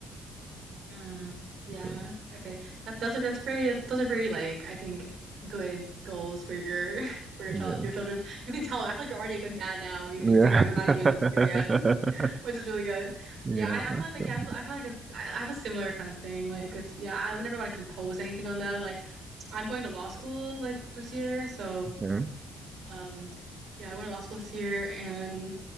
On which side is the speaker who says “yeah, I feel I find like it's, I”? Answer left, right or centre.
Right